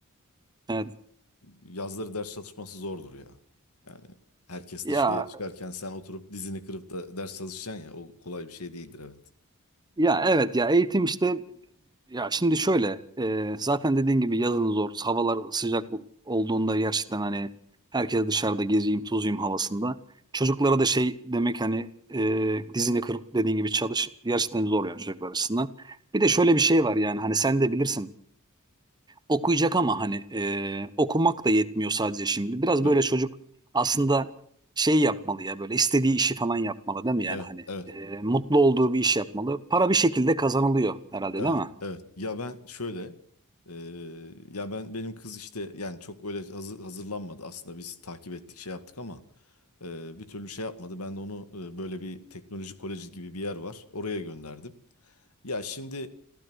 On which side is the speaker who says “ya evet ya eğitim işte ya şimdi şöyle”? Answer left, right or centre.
Right